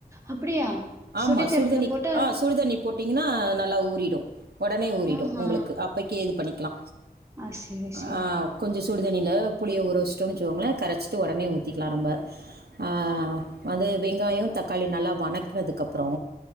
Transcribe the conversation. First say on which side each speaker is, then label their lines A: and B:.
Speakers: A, on the right; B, on the right.
A: அப்டியா சுடு
B: ஆமா
A: தண்ணில
B: சுடுதண்ணிக்
A: போட்டு
B: அ சுடுதண்ணி போட் டிங்கன்னா நல்லா ஊறிடு உடனே ஊறிடு
A: ஆஹா
B: உங்களுக்கு அப்பக்கே இது பண்ணி க்கலா
A: ஆ சேரி
B: ஆ
A: சேரி
B: கொஞ்சோ சுடுதண்ணில புளிய ஊற வச்சட்டோன்னுவச்சுகோங்களேன் கரைச்சிட்டு உடனே ஊத்திக்கலாம் நம்ம அ வந்து வெங்காயம் தக்காளி நல்லா வணக்கதுக்கப்புறோ